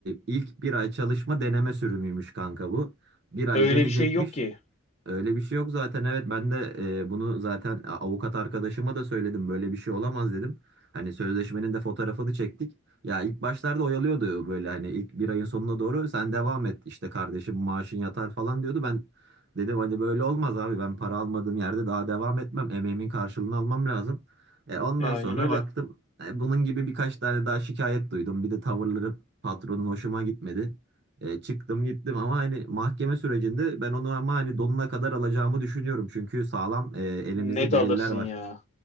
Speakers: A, on the right; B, on the left.
A: ilk bir ay çalışma deneme sürümüymüş kanka bu. Bir ay
B: Öyle
A: deneyecekmiş.
B: bir şey yok ki.
A: Öyle bir şey yok zaten evet ben de e, bunu zaten a- avukat arkadaşıma da söyledim böyle bir şey olamaz dedim. Hani sözleşmenin de fotoğrafını çektik. Ya ilk başlarda oyalıyordu böyle hani ilk bir ayın sonuna doğru sen devam et işte kardeşim maaşın yatar falan diyordu. Ben dedim hani böyle olmaz abi ben para almadığım yerde daha devam etmem emeğimin karşılığını almam lazım. E, ondan
B: E, aynen
A: sonra
B: öyle.
A: baktım e, bunun gibi birkaç tane daha şikayet duydum bir de tavırları patronun hoşuma gitmedi. E, çıktım gittim ama hani mahkeme sürecinde ben onu ama hani donuna kadar alacağımı düşünüyorum. Çünkü sağlam e, elimizde
B: Net
A: deliller
B: alırsın
A: var.
B: ya.